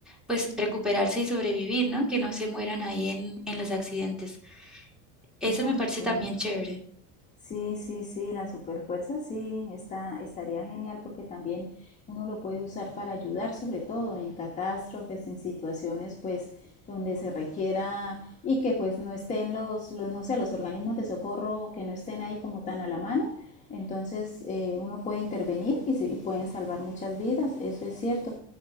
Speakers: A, in the centre; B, on the left.
A: pues recuperarse y sobrevivir, ¿no? Que no se mueran ahí en, en los accidentes. Eso
B: ah,
A: me parece
B: sí.
A: también chévere.
B: Sí, sí, sí, la superfuerza sí, está, estaría genial porque también uno lo puede usar para ayudar, sobre todo en catástrofes, en situaciones pues donde se requiera y que pues no estén los, los no sé, los organismos de socorro que no estén ahí como tan a la mano. Entonces eh, uno puede intervenir y, se, y pueden salvar muchas vidas, eso es cierto.